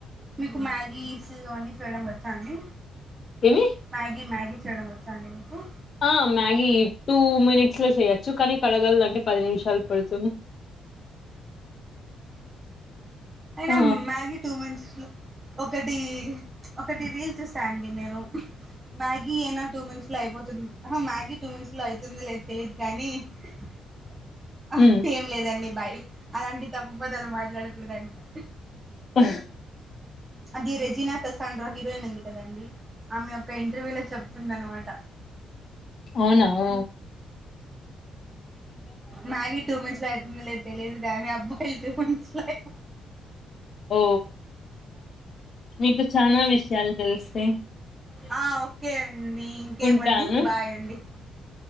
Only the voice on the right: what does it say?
మీకు మ్యాగీస్ అవన్నీ చేయడం వచ్చా అండి
మ్యాగీ మ్యాగీ చేయడం వచ్చా అండి మీకు
అయినా
మ్యాగీ టూ మినిట్స్ లో ఒకటి ఒకటి రీల్స్స్తాండి ఎన్నను మ్యాగీ అయినా టూ మింత్స్ లో అయిపోతుంది మ్యాగీ టూ మింత్స్ లో అవుతుంది లేదు తెలీయదు కానీ ఆ
ఏం లేదండి బాయ అలాంటి తప్పుబదాలు మాట్లాడకూడదండి
అది రెజీనా కసాండ రంగ నంది కదండి ఆమె య ఒకక్క ఇంటర్వ్యూ లో చెప్తుంది అనమాట
మ్యాగీ టూ మంత్స్ లో అవుతుంది లేదు తెలీయదు కాగానీ అబ్బాయిలు టూ మంత్స్ లో అయి
ఆ ఓకే అండి ఇంకేమండి
బాయ్ అండి